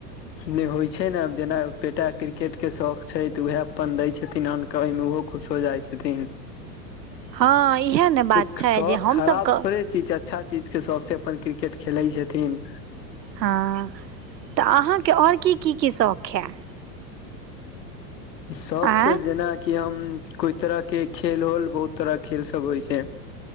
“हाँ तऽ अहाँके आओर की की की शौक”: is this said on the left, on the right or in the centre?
Right